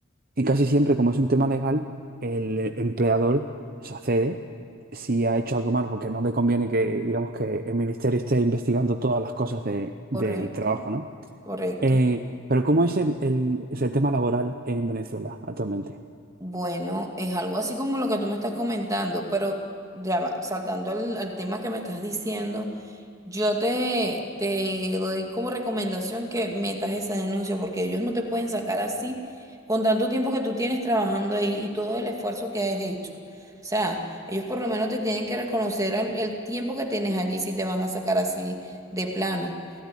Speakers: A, on the right; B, on the right.
A: y casi siempre, como es un tema legal, el empleador se accede si ha hecho algo mal, porque no le conviene que, digamos, que el ministerio esté investigando todas las cosas de- del
B: Correcto,
A: trabajo, ¿no?
B: correcto.
A: Eh, pero ¿cómo es el, el, es el tema laboral en Venezuela actualmente?
B: Bueno, es algo así como lo que tú me estás comentando, pero ya va, saltando al, al tema que me estás diciendo, Yo te, te doy como recomendación que metas esa denuncia porque ellos no te pueden sacar así con tanto tiempo que tú tienes trabajando ahí y todo el esfuerzo que has hecho. O sea, ellos por lo menos te tienen que reconocer el, el tiempo que tienes allí si te van a sacar así de plano.